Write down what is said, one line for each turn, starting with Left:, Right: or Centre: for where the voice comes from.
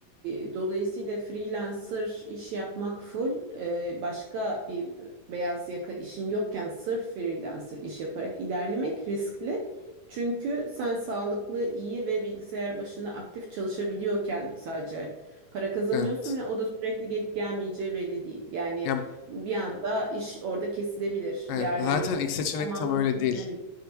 Right: e, dolayısıyla freelancer iş yapmak full e, başka bir beyaz yaka işin yokken sırf freelancer iş yaparak ilerlemek riskli. Çünkü sen sağlıklı, iyi ve bilgisayar başında aktif çalışabiliyorken sadece para kazanıyorsun
Left: evet.
Right: ve o da sürekli gelip gelmeyeceği belli değil. Yani
Left: Ya,
Right: bir anda iş orada kesilebilir.
Left: hayır,
Right: Yarın
Left: zaten
Right: öbür gün
Left: ilk seçenek
Right: tamam
Left: tam öyle
Right: bitti
Left: değil.
Right: denebilir.